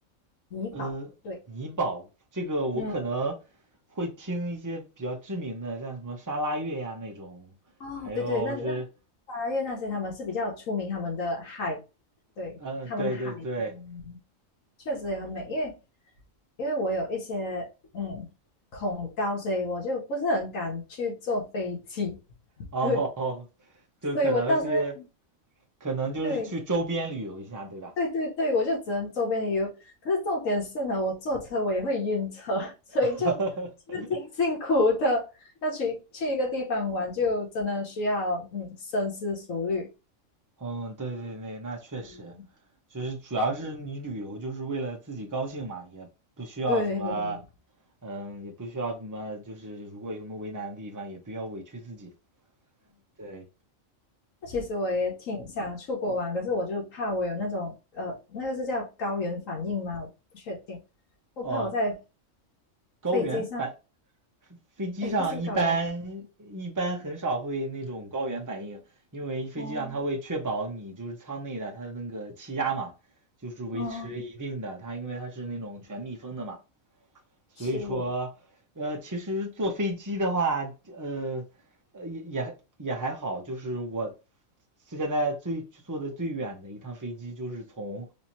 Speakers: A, on the left; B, on the right.
A: 怡保，
B: 呃，
A: 对，
B: 尼宝，这个我可能
A: 嗯，
B: 会听一些比较知名的，像什么沙拉越呀那种，
A: 哦，
B: 还有是，
A: 对对，那那八月那些他们是比较出名他们的海，对，
B: 呃，
A: 他们的海，
B: 对对对，
A: 嗯，确实也很美。因为因为我有一些嗯恐高，所以我就不是很敢去坐飞机，
B: 哦，
A: 对，
B: <laughs> 就可能是，
A: 所以我到时在
B: 可能就是去周边旅游一下，
A: 对。
B: 对吧？
A: 对对对，我就只能周边游。可是重点是呢，我坐车我也会晕车，<laughs> 所以就其实挺
B: <laughs>
A: <laughs> 辛苦的。要去去一个地方玩，就真的需要嗯深思熟虑。
B: 嗯，对对对，那确实，
A: 嗯，
B: 就是主要是你旅游就是为了自己高兴嘛，也不需要什么，
A: 对，嗯，
B: 嗯，也不需要什么，就是如果有什么为难的地方，也不要委屈自己。对，
A: 那其实我也挺想出国玩，可是我就怕我有那种呃，那个是叫高原反应吗？我不确定，我怕我在
B: 哦，高原反
A: 飞机上，
B: 飞机上一般一般很少会那种高原反应，
A: 哎，不是高原反
B: 因为飞机上它会确保你就是舱内的它的那个气压嘛，
A: 应，哦
B: 就是维持一定的，
A: 哦，
B: 它因为它是那种全密封的嘛。所以说，
A: 是，
B: 呃，其实坐飞机的话，呃，呃也也也还好，就是我现在最坐的最远的一趟飞机，就是从